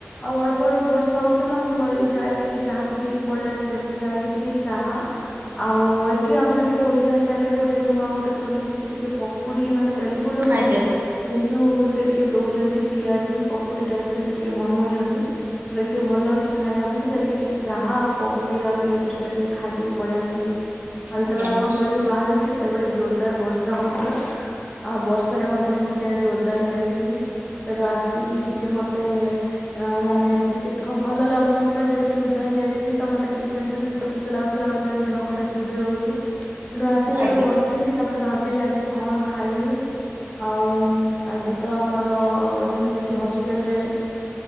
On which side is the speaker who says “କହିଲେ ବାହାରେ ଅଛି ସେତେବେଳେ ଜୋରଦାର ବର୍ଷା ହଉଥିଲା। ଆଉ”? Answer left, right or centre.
Left